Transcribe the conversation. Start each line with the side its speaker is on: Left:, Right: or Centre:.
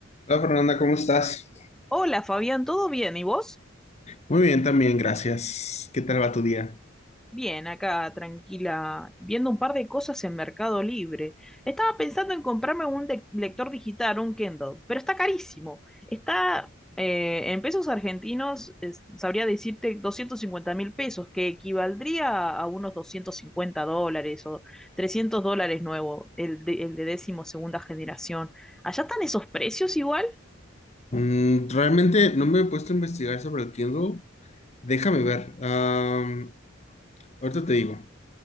Left: Hola Fernanda, ¿cómo estás?
Centre: Hola Fabián, ¿todo bien? ¿Y vos?
Left: Muy bien, también, gracias. ¿Qué tal va tu día?
Centre: Bien, acá tranquila, viendo un par de cosas en Mercado Libre. Estaba pensando en comprarme un de- lector digital, un Kindle, pero está carísimo. Está eh, en pesos argentinos, es- sabría decirte doscientos cincuenta mil pesos, que equivaldría a unos 250 dólares o 300 dólares nuevo, el de, el de décimo segunda generación. ¿Allá están esos precios igual.
Left: Mm, realmente no me he puesto a investigar sobre el Kindle. Déjame ver. am, ahorita te digo.